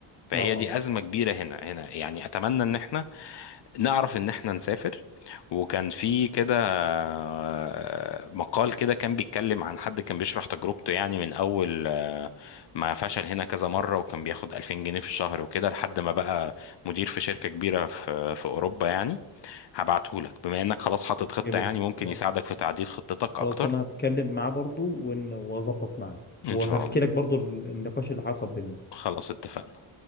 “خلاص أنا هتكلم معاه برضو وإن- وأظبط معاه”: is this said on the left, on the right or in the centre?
Left